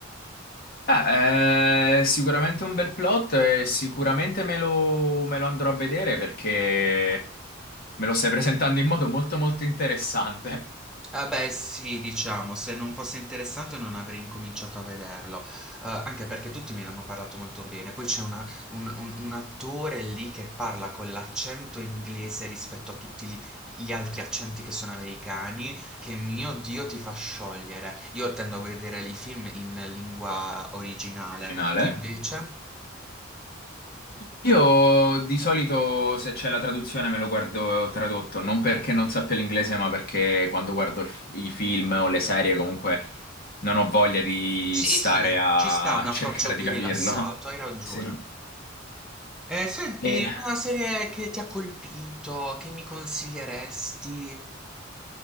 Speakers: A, on the left; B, in the centre.
A: Ah, è sicuramente un bel plot e sicuramente me lo, me lo andrò a vedere perché me lo stai <laughs> presentando in modo molto molto interessante,
B: Ah beh sì, diciamo, se non fosse interessante non avrei incominciato a vederlo, Eh, anche perché tutti me ne hanno parlato molto bene. Poi c'è una- un, un- un attore lì che parla con l'accento inglese rispetto a tutti gli, gli altri accenti che sono americani, che mio Dio ti fa sciogliere. Io tendo a vedere i film in lingua originale.
A: originale.
B: Tu invece?
A: Io di solito se c'è la traduzione me lo guardo tradotto, non perché non sappia l'inglese, ma perché quando guardo il f- i film o le serie comunque non ho voglia di
B: Sì,
A: stare
B: sì,
A: a
B: ci sta un approccio
A: cercare
B: più
A: di capirlo.
B: rilassato, hai ragione.
A: Sì.
B: Eh, senti,
A: E-
B: una serie che ti ha colpito, che mi consiglieresti?